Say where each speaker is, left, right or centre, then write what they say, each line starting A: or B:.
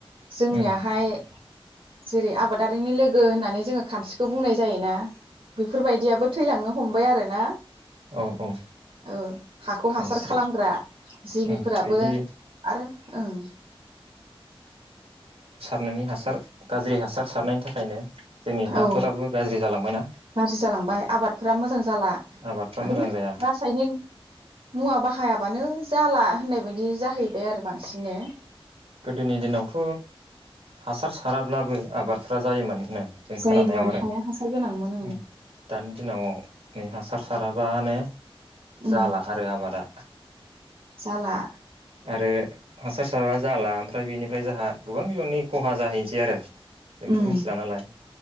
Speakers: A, on the right (about 65°); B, on the right (about 85°).
A: जोंनियाहाय
B: उम
A: जेरै आबादारिनि लोगो होननानै जोङो खानस्रिखौ बुंनाय जायोना। बेफोरबायदियाबो थैलांनो हमबाय आरोना।
B: औ औ
A: औ हाखौ
B: खानस्रि
A: हासार खालामग्रा जिबिफोराबो
B: उम बिदि
A: आरो ओं
B: नोंनि हासार गाज्रि हासार सारनायनि थाखायनो जोंनि हाफोराबो
A: औ
B: गाज्रि जालांबायना
A: गाज्रि जालांबाय आबादफोरा मोजां जाला
B: आबादफ्रा
A: माने
B: मोजां जाया
A: रासायनिक मुवा बाहायाबानो जाला होननाय बायदि जाहैबाय आरो बांसिननो
B: गोदोनि दिनावथ' हासार साराब्लाबो आबादफ्रा जायोमोन। नो जों
A: जायोमोन
B: खोनानायाव आरो
A: हाया हासार गोनांमोन ओं
B: उम दानि दिनावनि हासार साराबानो
A: उम
B: जाला आरो आबादा
A: जाला
B: आरो हासार साराबा जाला ओमफ्राय बेनिफ्राय जोंहा गोबां बिबाननि खहा जाहैनोसै आरो। जोंथ'
A: उम
B: मिथिला नालाय